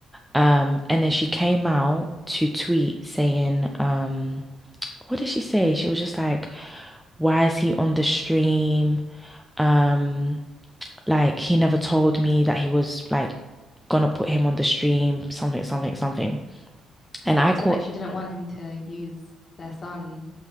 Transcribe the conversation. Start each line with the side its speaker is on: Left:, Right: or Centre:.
Centre: Um and then she came out to tweet saying um what did she say? She was just like, why is he on the stream? Um Like he never told me that he was like gonna put him on the stream, something, something, something. And I caught,
Left: So like she didn't want him to use their son.